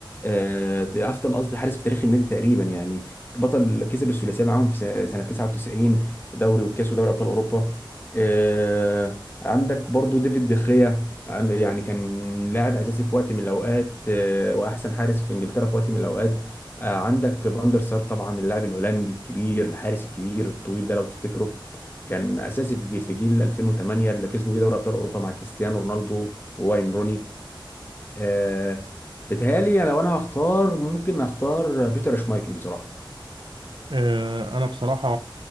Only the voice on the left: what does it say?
آه، افضل قصدي حارس في تاريخ النادي تقريبا يعني بطل كسب الثلاثيه معاهم في س- سنه 99 دوري والكاس ودوري ابطال اوروبا آه، عندك برضو ديفيد دخيا عن- يعني كان لاعب اساسي في وقت من الاوقات آه، واحسن حارس في انجلترا في وقت من الاوقات آه، عندك فاندر سار طبعا اللاعب الهولندي الكبير الحارس الكبير الطويل ده لو تفتكره كان اساسي في جيل في جيل 2008 اللي كسبوا بيه دوري ابطال اوروبا مع كريستيانو رونالدو وواين روني آه بتهيألي لو انا هختار ممكن اختار بيتر شمايكل بصراحه